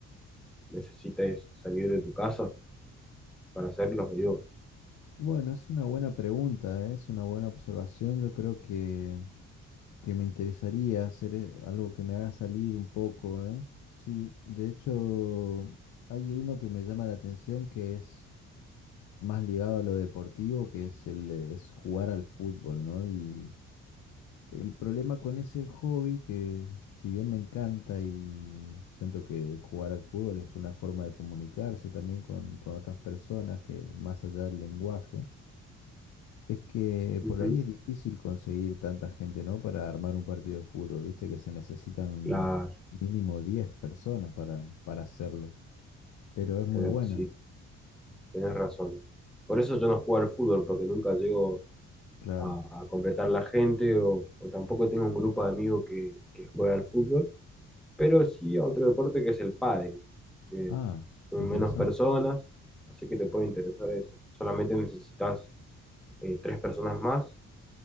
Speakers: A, in the centre; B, on the left.
A: necesites salir de tu casa para hacerlo? Digo,
B: Bueno, es una buena pregunta, ¿eh? Es una buena observación. Yo creo que, que me interesaría hacer eh, algo que me haga salir un poco, ¿eh? Sí, de hecho, hay uno que me llama la atención que es más ligado a lo deportivo, que es el eh, es jugar al fútbol, ¿no? Y el problema con ese hobby, que si bien me encanta y siento que jugar al fútbol es una forma de comunicarse también con, con otras personas que más allá del lenguaje, es que
A: Ujú.
B: por ahí es difícil conseguir tanta gente, ¿no? Para armar un partido de fútbol, viste que se necesitan
A: claro,
B: mínimo 10 personas para, para hacerlo, pero es muy
A: eh,
B: buena,
A: si Tenés razón. Por eso yo no juego al fútbol, porque nunca llego
B: claro.
A: a, a completar la gente o, o tampoco tengo un grupo de amigos que, que juega al fútbol, pero sí a otro deporte que es el pádel, que
B: Ah,
A: son
B: interesante.
A: menos personas, así que te puede interesar eso. Solamente necesitas eh, tres personas más,